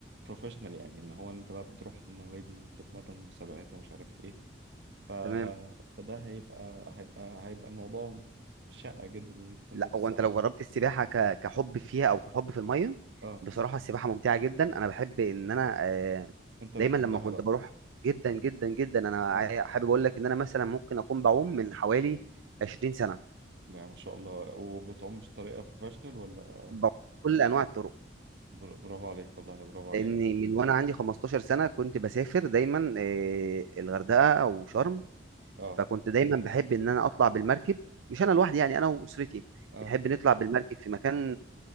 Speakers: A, on the right (about 65°); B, on the right (about 90°).
A: بروفيشنال يعني ان هو ان انت بقى بتروح النوادي وبتتمرن مسابقات ومش عارف ايه ف...
B: تمام
A: فده هيبقى هيبقى هيبقى الموضوع شقة جدا ان انت تنزل
B: لا
A: في
B: هو
A: الساعة
B: انت لو جربت السباحه ك... كحب فيها او كحب في الميه
A: اه
B: بصراحه السباحه ممتعه جدا انا بحب ان انا آه،
A: انت
B: دايما
A: بتحبها
B: لما كنت
A: بقى
B: بروح جدا جدا جدا انا
A: آه.
B: عاي- حابب اقول لك ان انا مثلا ممكن اكون بعوم من حوالي 20 سنه
A: يعني ما شاء الله وبتعوم بطريقة بروفيشنال ولا
B: بعوم كل انواع الطرق
A: بر- برافو عليك والله برافو عليك
B: لان من وانا عندي 15 سنه كنت بسافر دايما آه، الغردقه او شرم
A: اه
B: فكنت دايما بحب ان انا اطلع بالمركب مش انا لوحدي يعني انا واسرتي
A: اه
B: بنحب نطلع بالمركب في مكان